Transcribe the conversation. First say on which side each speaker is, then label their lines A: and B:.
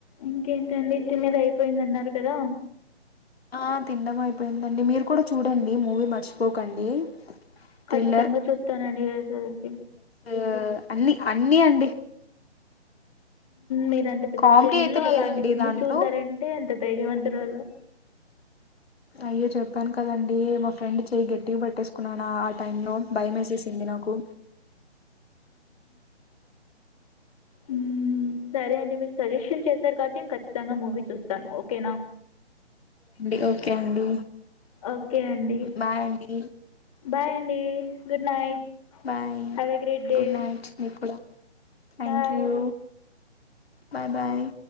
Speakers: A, on the left; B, on the left.
A: ఇంకేంటండి ఇచ్చ మీద అయిపోయింది అన్నారు కదా
B: ఆ తిన అయిపోయిందండి మీరు కూడా చూడండి మూవీ మర్చిపోకండి థ్రిల్లర్
A: ఖచ్చితంగా చూస్తానండి ఏసలకి
B: ఆ అన్ని అన్ని అండి
A: మీరు అంత పెద్ద
B: కామెడీ
A: స్టేజ
B: అయితే
A: లో
B: లేదండి
A: అలాంటి సీన్
B: దాంట్లో
A: చూసారంటే అంత రైజ వంటలో
B: అయ్యో చెప్పాను కదండి మా ఫ్రెండ్ చెయ్యి గట్టిగా పట్టేసుకున్నా ఆ టైమ్ లో భయే చెంది నకు
A: ఉ సరే అండి మీరు సజెషన్ చేశారు కాట్టి ్యం ఖచ్చితంగా మూవీ చూస్తాను ఓకేనా
B: అండి ఓకే అండి
A: ఓకే అండి
B: బాయ్ అండి
A: బాయ్ అండి good night
B: bye
A: have a great
B: Good
A: day.
B: night నిపు thank
A: bye.
B: You bye bye